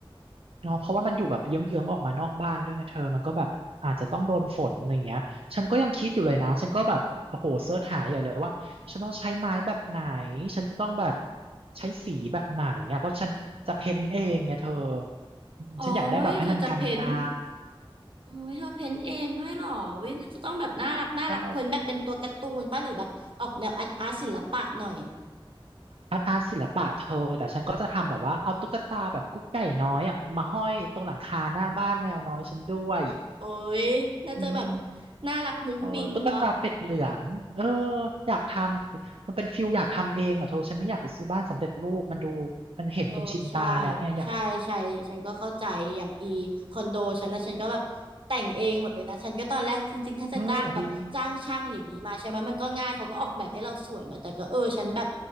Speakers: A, on the right (about 80°); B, on the right (about 65°).
A: เนาะเพราะว่ามันอยู่แบบเยื้องๆออกมานอกบ้านด้วยไงเธอมันก็แบบอาจจะต้องโดนฝนอะไรเงี้ยฉันก็ยังคิดอยู่เลยนะฉันก็แบบโอ้โหเสิร์ชหาใหญ่เลยว่าฉันต้องใช้ไม้แบบไหนฉันจะต้องแบบใช้สีแบบไหนอ่ะเพราะฉันจะเพ้นท์เองไงเธออืมฉันอยากได้แบบให้มันกันน้
B: โอ้ยเธอจะเพ้นท์โอ้ยเธอเพ้นท์เองด้วยเหรอวิน่าจะต้องแบบน่ารักน่ารักเพ้นท์แบบเป็นตัวการ์ตูนป่ะหรือแบบออกแนวอาร์ตอาร์ตศิลปะหน่อย
A: ำใช่อาร์ตอาร์ตศิลปะเธอแต่ฉันก็จะทำแบบว่าเอาตุ๊กตาแบบกุ๊กไก่น้อยอ่ะมาห้อยตรงหลังคาหน้าบ้านแมวน้อยฉันด้วย
B: โอ้ยน่าจะแบบ
A: อืม
B: น่ารักมุ้งมิ้งเนาะ
A: เออตุ๊กตาเป็ดเหลืองเอออยากทำมันเป็นฟิลอยากทำเองอ่ะโทฉันไม่อยากไปซื้อบ้านสำเร็จรูปมันดูมันเห็นจนชินตาแล้วไงอยาก
B: เออใช่ใช่ใช่ฉันก็เข้าใจอย่างอีคอนโดฉันนะฉันก็แบบแต่งเองหมดเลยนะฉันก็ตอนแรกจริงๆถ้าจะจ้างแบบจ้างช่างอย่างนี้มาใช่ไหมมันก็ง่ายเขาก็ออกแบบให้เราสวยเนอะแต่ก็เออฉันแบบ
A: เออดี